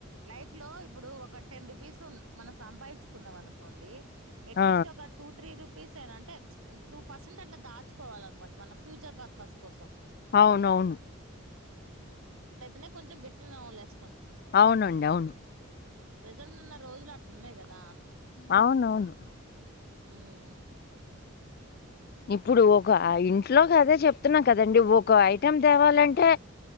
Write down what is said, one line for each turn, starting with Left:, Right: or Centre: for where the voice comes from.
Right: లైఫ్ లో ఇప్పుడు ఒక టెన్ రూపీస్ మనం సంపాదించుకున్నాం అనుకోండి ఎట్లీస్ట్
Left: ఆ!
Right: ఒక టూ త్రీ రూ పర్సెంట్ అంటే టూ పర్సెంట్ అట్లా దాచుకోవాలనమాట మన ఫ్యూచర్ పర్పస్ కోసం
Left: అవునవును
Right: అయితేనే కొంచెం గట్టిన నవళలేస్తాం
Left: అవునండి. అవును.
Right: ప్రజెంట్ ఉన్న రోజులు అట్ల ఉన్నాయి కదా
Left: అవునవును
Right: మ్మ్
Left: ఇప్పుడు ఒక ఇంట్లోకి అదే చెప్తున్నా కదండి ఒక ఐటెం తేవాలంటే